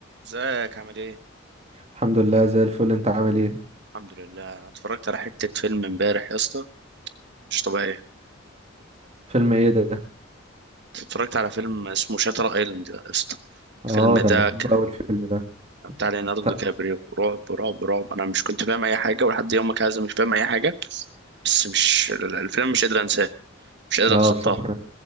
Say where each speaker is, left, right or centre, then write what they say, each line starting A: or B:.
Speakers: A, on the right; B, on the right.
A: ازيك عامل ايه؟
B: الحمد لله زي الفل انت عامل ايه
A: الحمد لله انا اتفرجت على حتة فيلم امبارح يا اسطى مش طبيعية
B: فيلم ايه ده
A: اتفرجت على فيلم اسمه شاتر ايلاند يا اسطى
B: اه
A: الفيلم
B: ده
A: ده
B: انا بحبه
A: ك-
B: قوي الفيلم ده
A: بتاع ليوناردو
B: ط-
A: دي كابريو رعب رعب رعب انا مش كنت فاهم اي حاجة ولحد يومك هذا مش فاهم اي حاجة بس مش ال- الفيلم مش قادر انساه مش قادر
B: اه
A: اتخطاه
B: بصراحة انا